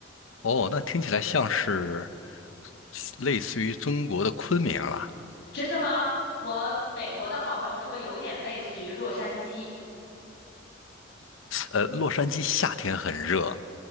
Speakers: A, on the left; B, on the left.
A: 哦，那听起来像是类似于中国的昆明了。
B: 真的吗？我美国的好朋友说有点类似于洛杉矶，
A: 呃，洛杉矶夏天很热，